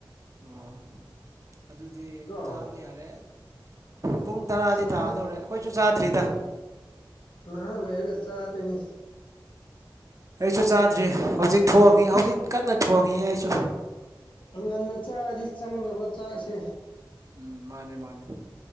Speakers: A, on the right (about 40°); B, on the left (about 80°).
A: ꯑꯣ ꯑꯗꯨꯗꯤ ꯆꯥꯕ
B: ꯑꯁ
A: ꯌꯥꯔꯦ ꯄꯨꯡ ꯇꯔꯥꯗꯤ
B: ꯅꯍꯥꯛ
A: ꯇꯥꯗꯧꯔꯦ ꯑꯩꯈꯣꯏꯁꯨ ꯆꯥꯗ꯭ꯔꯤꯗ
B: ꯅꯍ ꯂꯩꯒ ꯆ ꯇꯅꯤ
A: ꯑꯩꯁꯨ ꯆꯥꯗ꯭ꯔꯤ ꯍꯧꯖꯤꯛ ꯊꯣꯡꯉꯤ
B: ꯎꯝ
A: ꯍꯧꯖꯤꯛ ꯀꯟꯅ ꯊꯣꯡꯉꯤ ꯑꯩꯁꯨ
B: ꯉꯟꯅ ꯆꯥꯔꯗꯤ ꯆꯪꯗꯅꯕ ꯆꯥꯛꯁꯦ
A: ꯎꯝ ꯃꯥꯅꯦ ꯃꯥꯅꯦ